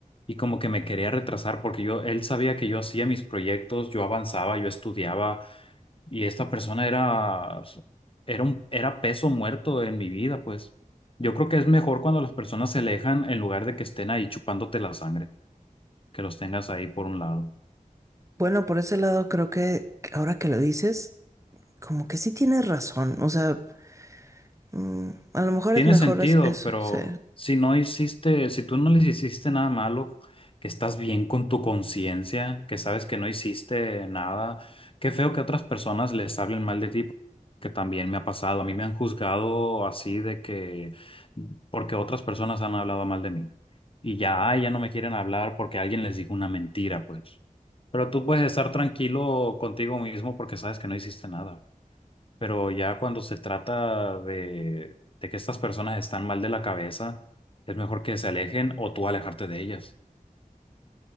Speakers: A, on the left (about 40°); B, on the right (about 20°).
A: y como que me quería retrasar porque yo, él sabía que yo hacía mis proyectos, yo avanzaba, yo estudiaba y esta persona era, era un, era peso muerto en mi vida, pues. Yo creo que es mejor cuando las personas se alejan en lugar de que estén ahí chupándote la sangre, que los tengas ahí por un lado.
B: Bueno, por ese lado creo que ahora que lo dices, como que sí tienes razón, o sea, mm, a lo mejor
A: Tiene
B: es mejor
A: sentido,
B: es eso,
A: pero
B: sí,
A: si no hiciste, si tú no les hiciste nada malo, que estás bien con tu conciencia, que sabes que no hiciste nada, qué feo que otras personas les hablen mal de ti, que también me ha pasado. A mí me han juzgado así de que, porque otras personas han hablado mal de mí. Y ya, ay, ya no me quieren hablar porque alguien les dijo una mentira, pues. Pero tú puedes estar tranquilo contigo mismo porque sabes que no hiciste nada. Pero ya cuando se trata de, de que estas personas están mal de la cabeza, es mejor que se alejen o tú alejarte de ellas.